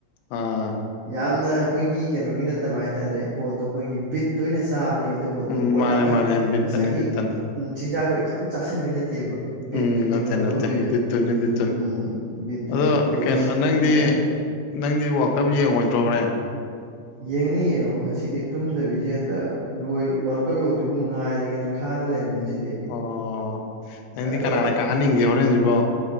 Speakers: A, on the left; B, on the right.
A: ꯑꯥ
B: ꯌꯥꯝꯅ ꯑꯩꯈꯣꯏꯒꯤ ꯀꯩꯅꯣꯒꯤ ꯅꯠꯇꯕ ꯍꯥꯏꯇꯥꯔꯦ ꯄꯣꯠꯇꯣ ꯑꯩꯈꯣꯏꯒꯤ ꯕꯤꯠꯇ ꯑꯣꯏꯅ ꯆꯥꯕꯅꯦꯕ ꯑꯗꯨ ꯄꯣꯠꯇꯣ
A: ꯎꯝ
B: ꯄꯣꯠ
A: ꯃꯥꯅꯦ
B: ꯌꯥꯝꯅ
A: ꯃꯥꯅꯦ ꯕꯤꯠꯇꯅꯤ
B: ꯉꯁꯥꯏꯒꯤ
A: ꯕꯤꯠꯇꯅꯤ
B: ꯎꯝ ꯆꯤꯟꯖꯥꯛꯇꯣ ꯌꯥꯝ ꯆꯥꯥꯁꯟꯕꯩ ꯅꯠꯇꯦꯕ
A: ꯎꯝ
B: ꯕꯤꯠꯇꯨꯅꯦꯕ
A: ꯅꯠꯇꯦ
B: ꯃꯗꯨ
A: ꯅꯠꯇꯦ
B: ꯂꯧꯗꯣꯏꯗꯣ
A: ꯕꯤꯠꯇꯨꯅꯤ ꯕꯤꯠꯇꯨꯅꯤ
B: ꯎꯝ ꯕꯤꯠꯇꯨꯅꯦꯕ
A: ꯑꯗꯣ
B: ꯑꯗꯨꯏꯗꯣ
A: ꯀꯩꯅꯣ
B: ꯑꯁ ꯊꯤ
A: ꯅꯪꯗꯤ
B: ꯅꯨꯡꯉꯥꯏꯕꯅꯦ
A: ꯅꯪꯗꯤ ꯋꯥ꯭ꯔꯜ ꯀꯞ ꯌꯦꯡꯉꯣꯏꯗ꯭ꯔꯣ ꯍꯣꯔꯦꯟ
B: ꯌꯦꯡꯅꯤ ꯌꯦꯡꯉꯣ ꯉꯁꯤꯗꯤ ꯇꯨꯝꯗꯕꯤꯖꯦ ꯇꯛ ꯂꯣꯏ ꯋꯥ꯭ꯔꯜ ꯀꯞ ꯌꯧꯗ꯭ꯔꯤꯕꯛ ꯉꯥꯏꯔꯒꯦꯅ ꯈꯥꯡꯉ ꯂꯩꯔꯕꯅꯤ ꯉꯁꯤꯗꯤ
A: ꯑꯣ ꯅꯪꯗꯤ
B: ꯍꯦꯛꯇ
A: ꯀꯅꯥꯅ ꯀꯥꯍꯟꯅꯤꯡꯒꯦ ꯍꯣꯔꯦꯟꯖꯤꯕꯣ